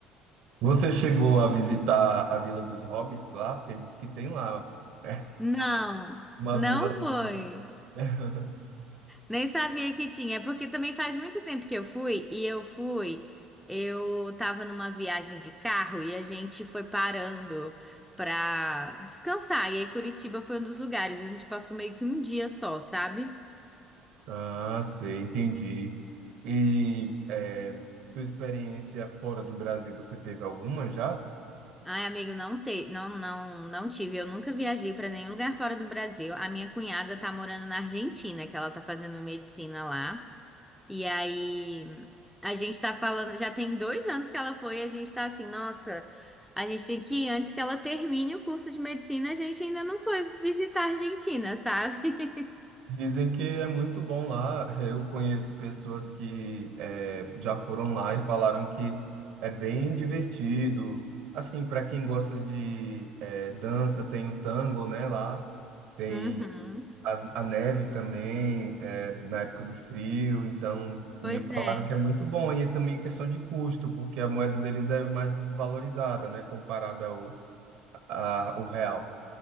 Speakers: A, on the right (about 65°); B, in the centre.
A: Você chegou a visitar a Vila dos Hobbits lá? Porque diz que tem lá <laughs>
B: Não,
A: uma
B: não
A: vila.
B: foi.
A: <laughs>
B: Nem sabia que tinha. É porque também faz muito tempo que eu fui. E eu fui. Eu tava numa viagem de carro e a gente foi parando pra descansar. E aí Curitiba foi um dos lugares. A gente passou meio que um dia só, sabe?
A: Ah, sei, entendi. E é, sua experiência fora do Brasil, você teve alguma já?
B: Ai, amigo, não te... não, não, não tive. Eu nunca viajei para nenhum lugar fora do Brasil. A minha cunhada tá morando na Argentina, que ela tá fazendo medicina lá. E aí a gente tá falando, já tem dois anos que ela foi, e a gente tá assim, nossa, a gente tem que ir antes que ela termine o curso de medicina, a gente ainda não foi visitar a Argentina, sabe? <laughs>
A: Dizem que é muito bom lá. <laughs> Eu conheço pessoas que é, já foram lá e falaram que é bem divertido. Assim, para quem gosta de é, dança, tem o tango, né, lá. Tem
B: Uhum.
A: As- a neve também, é, na época do frio, então me
B: Pois
A: falaram
B: é.
A: que é muito bom. E também questão de custo, porque a moeda deles é mais desvalorizada, né, comparada ao, a, ao real.